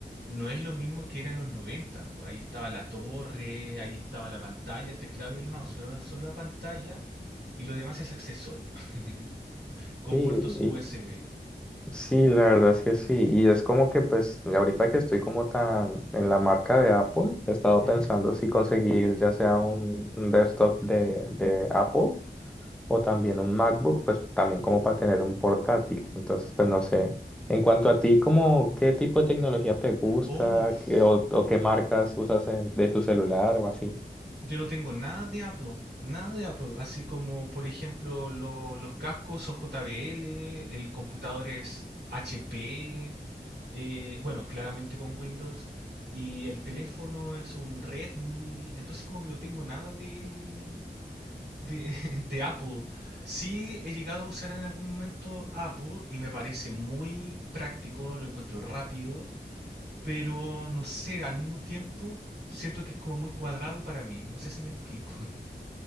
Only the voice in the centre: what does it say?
Sí,
y-
sí, la verdad es que sí, y es como que pues ahorita que estoy como tan en la marca de Apple, he estado
pensando si conseguir ya sea un, un desktop de, de Apple o también un MacBook, pues también como para tener un portátil. Entonces, pues no sé. En cuanto a ti, como qué tipo de tecnología te gusta
¿Qué- o, o qué marcas usas en- de tu celular o así?